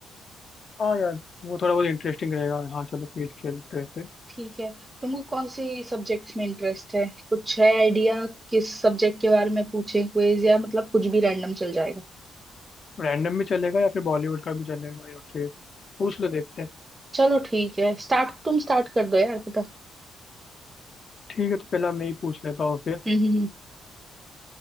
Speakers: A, on the left; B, on the right.
A: हाँ यार वो थोड़ा बहुत इंटरेस्टिंग रहेगा हाँ चलो क्विज खेलते हैं फिर
B: ठीक है तुमको कौन सी सब्जेक्ट्स में इंटरेस्ट है कुछ है आइडिया किस सब्जेक्ट के बारे में पूछें क्विज या मतलब कुछ भी रैंडम चल जाएगा
A: रैंडम भी चलेगा या फिर बॉलीवुड का भी चलेगा या फिर पूछ लो देखते हैं
B: चलो ठीक है स्टार्ट तुम स्टार्ट कर दो यार पता
A: ठीक है तो पहला मैं ही पूछ लेता हूँ फिर
B: हम्म हम्म